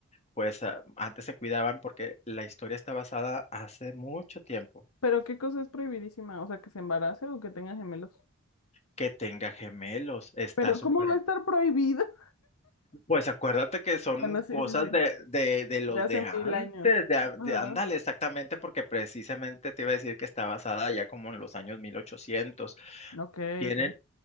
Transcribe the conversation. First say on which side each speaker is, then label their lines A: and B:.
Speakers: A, on the left; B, on the left.
A: pues a- antes se cuidaban porque la historia está basada hace mucho tiempo
B: Pero qué cosa es prohibidísima, o sea, que se embarace o que tenga gemelos.
A: que tenga gemelos. Está
B: Pero
A: súper
B: ¿cómo va a estar prohibido? <laughs>
A: Pues acuérdate que son
B: Bueno, sí,
A: cosas
B: sí, sí.
A: de, de, de los
B: De hace
A: de antes,
B: mil años.
A: de, a- de-
B: Ajá.
A: ándale, exactamente, porque precisamente te iba a decir que está basada ya como en los años mil ochocientos
B: Ok,
A: tienen
B: ok.